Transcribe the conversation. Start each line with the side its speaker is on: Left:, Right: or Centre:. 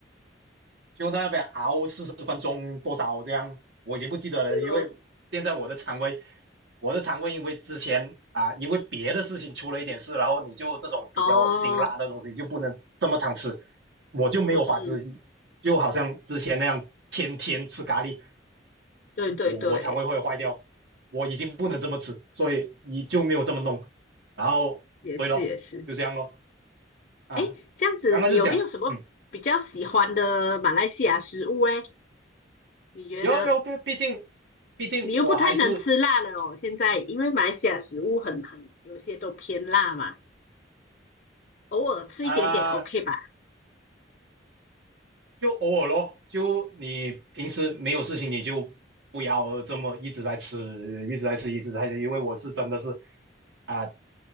Right: 就在那边熬四十分钟多少这样，我已经不记得了，
Left: 对咯？
Right: 因为现在我的肠胃，我的肠胃因为之前啊，因为别的事情出了一点事，然后你就这种比较辛辣的东西就不能这么常吃，
Left: 哦，
Right: 我就没有法子，
Left: 嗯嗯，
Right: 就好像之前那样天天吃咖喱，
Left: 对对对，
Right: 我我肠胃会坏掉，我已经不能这么吃，
Left: 嗯，
Right: 所以你就没有这么弄，然后对咯，
Left: 也是也是。
Right: 就这样咯啊，
Left: 诶，这样子你有没有什么比较喜欢的马来西亚食物诶？
Right: 刚刚就讲，嗯，
Left: 你觉得？
Right: 有有，毕毕竟毕竟我还是。
Left: 你又不太能吃辣了哦。现在因为马来西亚食物很很有些都偏辣嘛，偶尔吃一点点
Right: 啊、
Left: OK 吧？
Right: 就偶尔咯，就你平时没有事情，你就不要这么一直在吃，一直在吃，一直在吃，因为我是真的是啊、